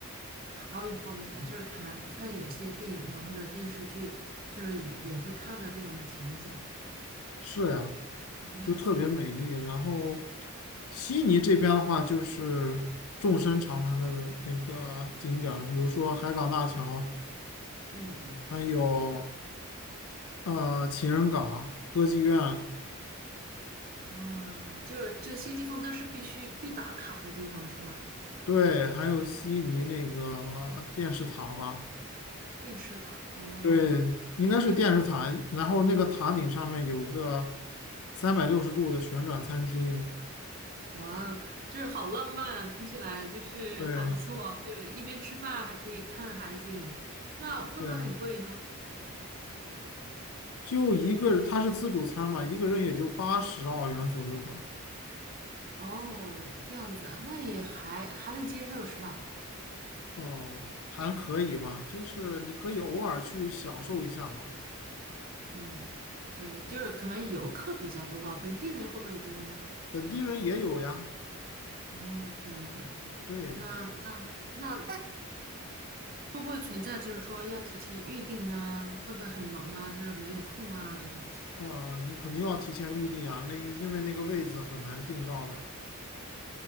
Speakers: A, on the right (about 40°); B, on the left (about 75°).
A: 好有画面感，就是看看有一些电影啊或者电视剧，就是也也会看到这样的情景啊，
B: 是呀，
A: 感觉还不错。
B: 就特别美丽。然后，悉尼这边的话，就是众生长谈的那个景点儿比如说海港大桥，
A: 嗯嗯
B: 还有。呃，情人港、歌剧院，
A: 啊，就这些地方都是必须必打卡的地方是吧？
B: 对，还有悉尼那个电视塔吧，
A: 电视塔哦，
B: 对，应该是电视塔。然后那个塔顶上面有个三百六十度的旋转餐厅，
A: 哇哦，就是好浪漫啊，听起来就是好不错啊，
B: 对，
A: 就一边吃饭还可以看海景，那会不会很贵呢？
B: 对啊，就一个，它是自助餐嘛，一个人也就八十澳元左右吧，
A: 哦，这样子啊，那也还还能接受是吧？
B: 哦，还可以吧，就是你可以偶尔去享受一下嘛，
A: 嗯，对，就是可能游客比较多吧，本地人会不会多呢？
B: 本地人也有呀，
A: 哦，这样子啊，
B: 对，
A: 那那那会不会存在就是说要提前预定啊？会不会很忙啊？就是没有空啊这种？
B: 啊、你肯定要提前预定啊，那因为那个位子很难订到的。